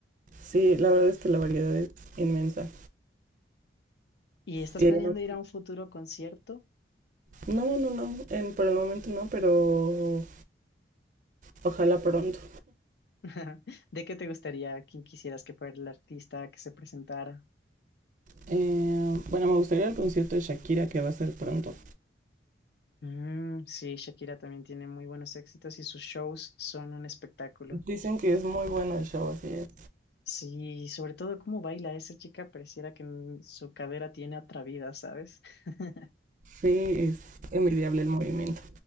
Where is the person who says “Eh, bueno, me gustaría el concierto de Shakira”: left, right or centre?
Right